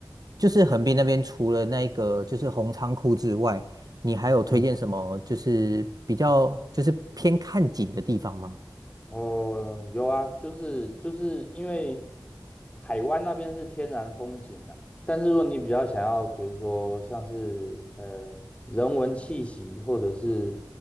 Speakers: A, on the right; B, on the left.
A: 就是横滨那边除了那个就是红仓库之外，你还有推荐什么就是比较就是偏看景的地方吗？
B: 嗯，哦，有啊，就是就是因为海湾那边是天然风景啊，但是如果你比较想要，比如说像是呃人文气息或者是